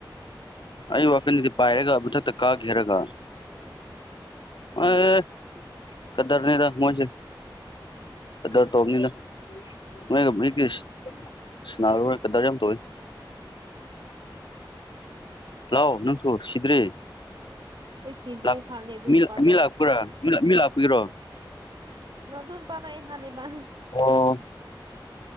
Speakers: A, on the left; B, on the right.
A: ꯑꯩ ꯋꯥꯈꯟꯗꯗꯤ ꯄꯥꯏꯔꯒ ꯃꯨꯊꯠ ꯇ ꯀꯥꯗ꯭ꯔꯤ ꯍꯥꯏꯔꯒ
B: ꯎꯝ
A: ꯑꯦ ꯀꯗꯔꯅꯤꯗ ꯃꯣꯏꯖꯦ ꯀꯗꯔ ꯇꯧꯕꯅꯤꯗ ꯃꯣꯏꯒ <unintelligible> ꯁꯅꯥꯔꯔꯣꯏ ꯀꯗꯔ ꯌꯥꯝ ꯇꯧꯋꯤ ꯂꯥꯎ ꯅꯪꯁꯨ‌ ꯁꯤꯗ꯭ꯔꯤ
B: ꯑꯩ ꯁꯤꯗ꯭ꯔꯤ
A: ꯂꯥꯛ
B: ꯍꯥꯠꯂꯦ ꯑꯗꯨ
A: ꯃꯤ
B: ꯅꯨꯄꯥꯗꯣ
A: ꯃꯤ ꯂꯥꯛꯄ꯭ꯔꯥ ꯃꯤ ꯃꯤ ꯂꯥꯛꯄꯒꯤꯔꯣ
B: ꯃꯗꯨ ꯅꯨꯄꯥꯗꯣ ꯑꯩ ꯍꯥꯠꯂꯦ ꯃꯥ
A: ꯑꯣ